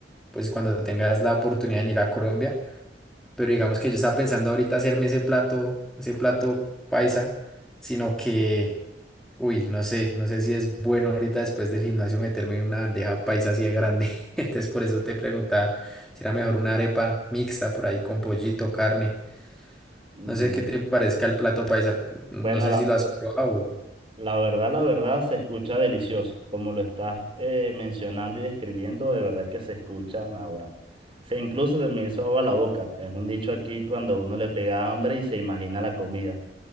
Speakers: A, in the centre; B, on the right.
A: pues cuando tengas la oportunidad de ir a Colombia, pero digamos que yo estaba pensando ahorita hacerme ese plato, ese plato paisa, sino que, uy, no sé, no sé si es bueno ahorita después del gimnasio meterme en una bandeja paisa así de grande, <laughs> entonces por eso te preguntaba si era mejor una arepa mixta por ahí con pollito, carne.
B: Mm,
A: No sé
B: No.
A: qué te parezca el plato paisa, no
B: Bueno,
A: sé
B: la,
A: si lo has probado.
B: La verdad, la verdad, se escucha delicioso. Como lo estás eh, mencionando y describiendo, de verdad que se escuchan ahora. Se incluso se me hizo agua la boca. Es un dicho aquí cuando uno le pega hambre y se imagina la comida.